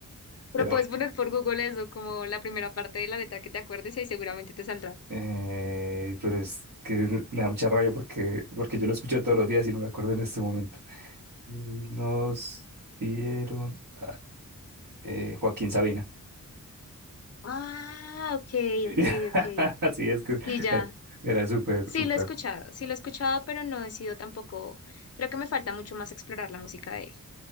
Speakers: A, on the left; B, on the right.
A: Pero
B: Pero
A: puedes poner por Google eso, como la primera parte de la letra que te acuerdes y ahí seguramente te saldrá.
B: Eh, pero es que me da mucha rabia porque, porque yo lo escucho todos los días y no me acuerdo en este momento. Eh, Nos dieron ay, eh, Joaquín Sabina.
A: Ah, ok,
B: <laughs>
A: ok, ok.
B: Así es que
A: Y ya.
B: era, era súper,
A: Sí
B: súper.
A: lo he escuchado, sí lo he escuchado, pero no he sido tampoco. Creo que me falta mucho más explorar la música de él.